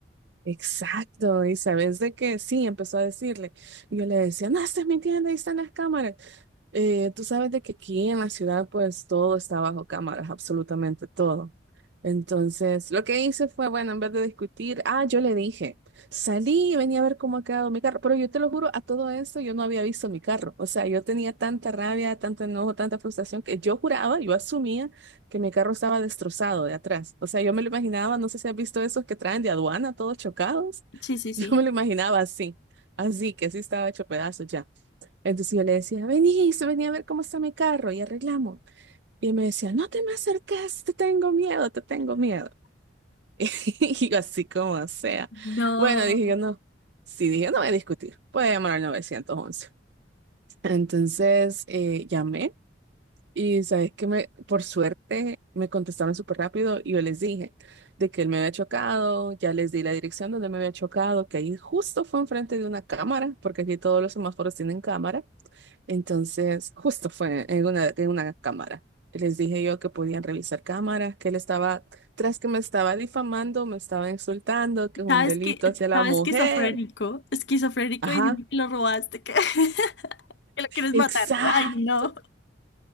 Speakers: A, on the right; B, on the left.
A: exacto. Y sabes de que sí, empezó a decirle. Y yo le decía, no, estás mintiendo, ahí están las cámaras. Eh, tú sabes de que aquí en la ciudad pues todo está bajo cámaras, absolutamente todo. Entonces, lo que hice fue, bueno, en vez de discutir, ah, yo le dije, salí y venía a ver cómo ha quedado mi carro, pero yo te lo juro, a todo esto yo no había visto mi carro. O sea, yo tenía tanta rabia, tanto enojo, tanta frustración que yo juraba, yo asumía que mi carro estaba destrozado de atrás. O sea, yo me lo imaginaba, no sé si has visto esos que traen de aduana todos chocados. <laughs>
B: Sí, sí, sí.
A: Yo me lo imaginaba así, así que así estaba hecho pedazos ya. Entonces yo le decía, vení, se venía a ver cómo está mi carro y arreglamos. Y él me decía, no te me acercas, te tengo miedo, te tengo miedo. <laughs> Y yo así como sea.
B: No,
A: Bueno, dije yo no. Sí, dije, no voy a discutir, voy a llamar al nueve once Entonces eh, llamé y sabes que me, por suerte me contestaron súper rápido y yo les dije de que él me había chocado, ya les di la dirección donde me había chocado, que ahí justo fue enfrente de una cámara, porque aquí todos los semáforos tienen cámara. Entonces, justo fue en una, en una cámara. Les dije yo que podían revisar cámaras, que él estaba, tras que me estaba difamando, me estaba insultando, que es un
B: sabes
A: delito
B: que,
A: hacia la
B: sabes
A: mujer.
B: esquizofrénico, esquizofrénico
A: Ajá,
B: diciendo que lo robaste, que, <laughs> que lo quieres
A: exacto,
B: matar. Ay, no.